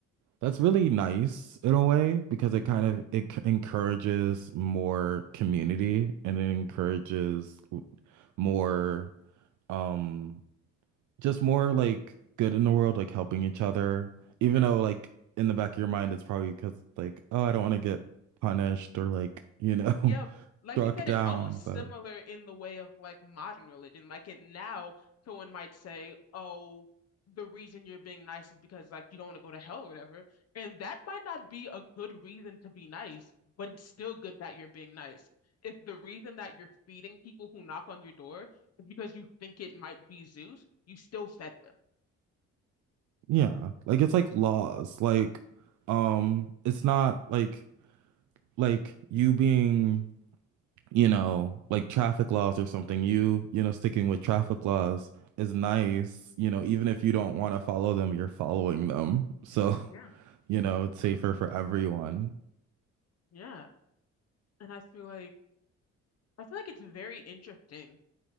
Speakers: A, on the right; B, on the left.
A: that's really nice in a way because it kind of it c- encourages more community and it encourages more um just more like good in the world like helping each other even
B: Yeah.
A: though like in the back of your mind it's probably because like oh I don't want to get punished or like you know
B: Yeah,
A: <laughs>
B: like
A: struck
B: you said,
A: down
B: it's almost
A: but
B: similar in the way of like modern religion. Like it now, someone might say, "Oh, the reason you're being nice is because like you don't want to go to hell or whatever," and that might not be a good reason to be nice, but it's still good that you're being nice. If the reason that you're feeding people who knock on your door is because you think it might be Zeus, you still fed them.
A: yeah like it's like laws like um it's not like like you being you know like traffic laws or something you you know sticking with traffic laws is nice you know even if you don't want to follow them you're following them so
B: Yeah.
A: <laughs> you know it's safer for everyone
B: Yeah, and I feel like I feel like it's very interesting